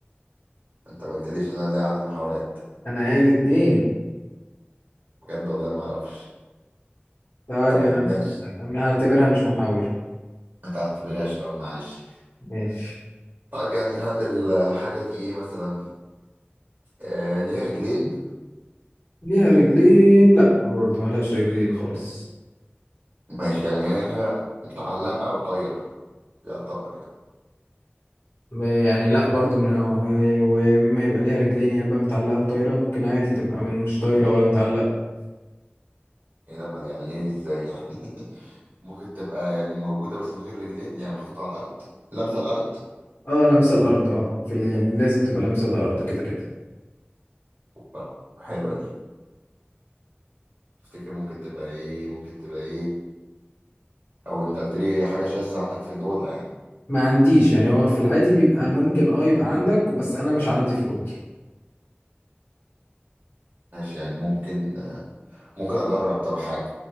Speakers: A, on the right (about 45°); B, on the left (about 80°).
A: انت ما قلتليش ان انا ليا عدد محاولات
B: انا قايل اتنين
A: بجد والله ما اعرفش
B: طيب
A: طيب
B: يا عم
A: ماشي
B: أنا هعتبرها مش محاولة
A: ما تعتبرهاش اه معلش
B: ماشي
A: طيب يعني هل الحاجة دي ايه مثلا؟ أه ليها رجلين؟
B: ليها رجلين لا برضو ملهاش رجلين خالص
A: ماشي يعني هي حاجة متعلقة او طايرة يعتبر يعني
B: ما- يعني لا برضو من وما يبقى ليها رجلين يا اما متعلقة وطايرة ممكن عادي تبقى من مش طايرة ولا متعلقة
A: ايه ده أمال يعني ايه ازاي يعني <laughs> ممكن تبقى يعني موجودة بس من غير رجلين يعني محطوطة على الأرض لمسة الأرض
B: اه لامسة الارض اه في ال- يعني لازم تبقى لامسة الارض كده كده
A: آه، حلوة دي تفتكر ممكن تبقى ايه ممكن تبقى ايه او انت قلت لي هي حاجه شاذه عندك في الاوضه يعني
B: ما عنديش يعني هو في العادي بيبقى ممكن اه يبقى عندك بس انا مش عندي في اوضتي
A: ماشي يعني ممكن ممكن اجرب طب حاجه